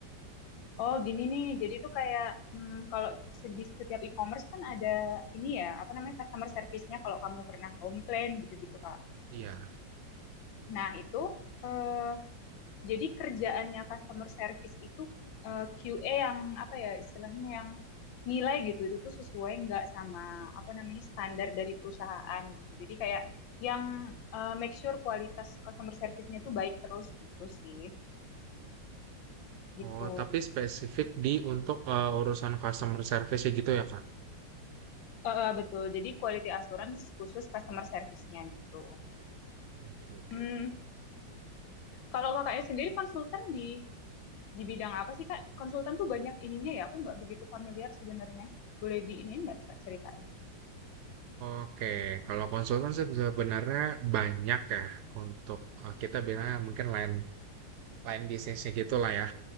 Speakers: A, on the left (about 80°); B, on the right (about 70°).
A: Oh, gini nih. Jadi tuh kayak hmm, kalau se- di setiap e-commerce kan ada ini ya, apa namanya customer service-nya kalau kamu pernah komplain gitu-gitu, Kak.
B: Iya.
A: Nah, itu eh, jadi kerjaannya customer service itu eh, QA yang apa ya istilahnya yang nilai gitu itu tuh sesuai nggak sama apa namanya standar dari perusahaan gitu. Jadi kayak yang eh, make sure kualitas customer service-nya tuh baik terus gitu sih. Kayak gitu.
B: Oh, tapi spesifik di untuk eh, urusan customer service ya gitu ya, Kak?
A: Eh, eh, betul. Jadi quality assurance khusus customer service-nya gitu.
B: Oke, oke,
A: Hmm,
B: oke.
A: kalau kakaknya sendiri konsultan di di bidang apa sih Kak? Konsultan tuh banyak ininya ya. Aku nggak begitu familiar sebenarnya. Boleh di ini nggak Kak, ceritain?
B: Oke, kalau konsultan sih sebenarnya banyak ya untuk eh, kita bilang mungkin lain lain bisnisnya gitulah ya.